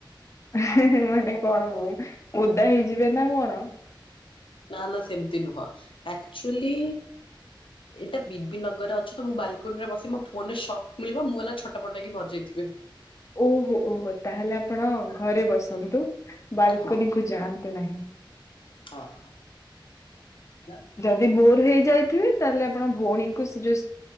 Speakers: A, on the left; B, on the left.
A: ହେଁ ହେଁ ମାନେ କଣ ବୋ ଓଦା ହେଇଯିବେ ନା କଣ?
B: ନା ନା ସେମିତି ନୁହଁ ଆକ୍ଚୁଆଲି ଏଇଟା ବିିବି ନଗରରେ ଅଛ ତ ମୁଁ ବାଲକୁନି ରେ ବସି ମୋ ଫୋନରେ ଶକ୍ ମିଳିବ ମୁଁ ଗଲା ଛୋଟ ପଟ ହେଇକି ମରିଯାଇଥିବି।
A: ଓହୋ ଓହୋ ତାହେଲେ ଆପଣ ଘରେ ବସନ୍ତୁ ବାଲକୁନି
B: ହଁ
A: କୁ ଯାଆନ୍ତୁ ନାହିଁ।
B: ହଁ ହଁ <unintelligible>
A: ଯଦି ବୋର ହେଇ ଯାଇଥିବେ ତାହେଲେ ଆପଣ ଭଉଣୀଙ୍କୁ ସେ ଯୋଉ